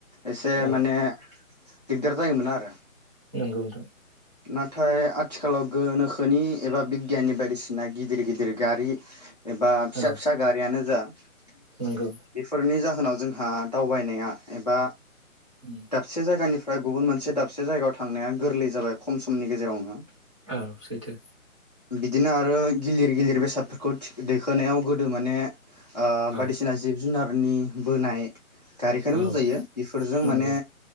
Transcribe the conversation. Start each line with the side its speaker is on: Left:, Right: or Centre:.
Left: एसे
Right: औ
Left: माने दिगदार जामोन आरो
Right: नंगौ नोंथां
Left: नाथाय आथिखालाव गोनोखोनि एबा बिगियाननि बायदिसि सिना गिदिर गिदिर गारि एबा फिसा
Right: औ
Left: फिसा गारियानो जा <inaudible>
Right: नंगौ
Left: बेफोरनि जा उनाव जोंहा दावबायनाया एबा
Right: उम
Left: दाबसे जायगानि गुबुन मोनसे दाबसे जायगायाव थांनाया गोरलै जाबाय खम समनि गेजेरावनो
Right: औ सैथो
Left: बिदिनो आ आरो गिलिर गिलिर बेसादफोरखौ दैखोनायाव गोदो माने ओ बायदिसिना
Right: औ
Left: जिब जुनारनि बोनाय गारिखनो
Right: औ
Left: बुंजायो बेफोरजों
Right: नंगौ
Left: माने